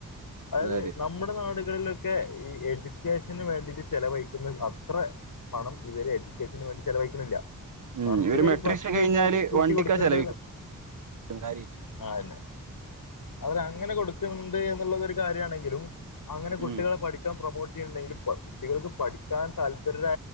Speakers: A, on the left (about 80°); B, on the right (about 65°).
A: അതായത്
B: അതെ അതെ
A: നമ്മ നമ്മുടെ നാടുകളിലൊക്കെ ഈ എജൂക്കേഷന് വേണ്ടിട്ട് ചെലവഴിക്കുന്ന അ അത്ര പണം ഇവര് എ ജൂക്കേഷന് വേണ്ടി ചലവഴിക്കുന്നില്ല
B: ഉം
A: മറച്ച്
B: ഇവര്
A: പേര്
B: മെട്രിക്സ്
A: ഫസ്റ്റ്
B: കഴിഞ്ഞാല്
A: ജയിക്ക്ണോൽക്ക് സ്കൂട്ടി
B: വണ്ടിക്കാ
A: കൊടുക്കണ്ട്
B: ചെലവഴിക്കുന്നത് കാര്യായിട്ട്
A: ആന്നെ അവര് അങ്ങനെ കൊടുക്കണ്ട് എന്നുള്ളത് ഒരു കാര്യണെങ്കിലും അങ്ങനെ കുട്ടികെ
B: ഉം
A: പഠിക്കാൻ പ്രൊമോട്ട് ചെയ്യുന്നുണ്ടെങ്കിൽ കുട്ടികൾക്ക് പഠിക്കാൻ താല് താല്പര്യര